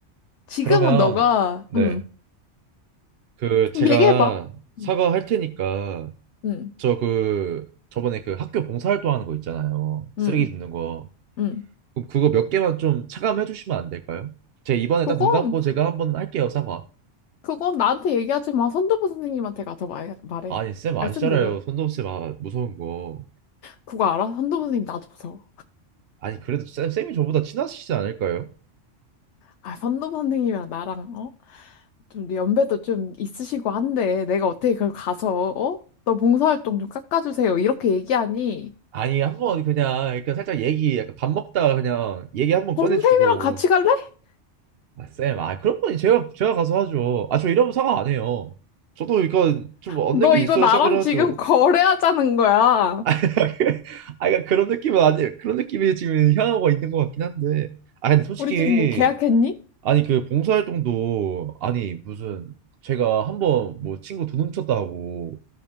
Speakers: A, on the left; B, on the right.
A: 지금은
B: 그러면
A: 너가,
B: 네
A: 응,
B: 그 제가
A: 얘기해봐.
B: 사과할
A: 응,
B: 테니까
A: 응,
B: 저 그 저번에 그 학교 봉사활동 하는 거 있잖아요. 쓰레기
A: 응.
B: 줍는 거.
A: 응.
B: 그럼 그거 몇 개만 좀 차감해 주시면 안 될까요? 제가 이번에
A: 그건,
B: 딱 눈 감고 제가 한번 할게요, 사과.
A: 그건 나한테 얘기하지 마. 선도부 선생님한테 가서 말, 말해.
B: 아니, 쌤 아시잖아요.
A: 말씀드려.
B: 손동훈 쌤아 무서운 거.
A: 그거 알아? 선도부 선생님 나도 무서워.
B: 아니, 그래도 쌤, 쌤이 저보다 친하시지 않을까요?
A: 아, 선도부 선생님이랑 나랑, 어? 좀 연배도 좀 있으시고 한데 내가 어떻게 그걸 가서 어? 너 봉사활동 좀 깎아주세요. 이렇게 얘기하니
B: 아니, 한번 그냥 그러니까 살짝 얘기 약간 밥 먹다가 그냥 얘기 한번
A: 어,
B: 꺼내주고.
A: 선생님이랑 같이 갈래?
B: 아, 쌤, 아 그런 건 제가 제가 가서 하죠. 아, 저 이러면 사과 안 해요. 저도 그러니까 좀 얻는
A: 너
B: 게
A: 이거
B: 있어야
A: 나랑
B: 사과를 하죠.
A: 지금 거래하자는 거야.
B: <laughs> 아, 그러니까 그런 느낌은 아니에요. 그런 느낌이 지금 향하고 있는 것 같긴 한데. 아, 근데 솔직히
A: 우리 지금 뭐 계약했니?
B: 아니 그 봉사활동도 아니 무슨 제가 한번 뭐 친구 돈 훔쳤다 하고